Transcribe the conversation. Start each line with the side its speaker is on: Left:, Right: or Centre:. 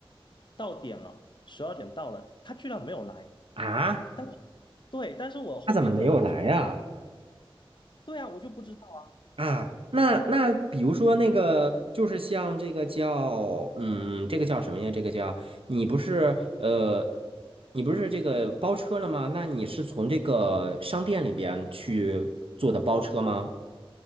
Left: 到点了，十二点到了，他居然没有来。
Right: 啊，
Left: 但是，对，但是我后面的演出，
Right: 他怎么没有来啊？
Left: 对啊，我就不知道啊，
Right: 啊，那那比如说那个，就是像这个叫，嗯，这个叫什么呀？这个叫你不是呃，你不是这个包车了吗？那你是从这个商店里边去做的包车吗？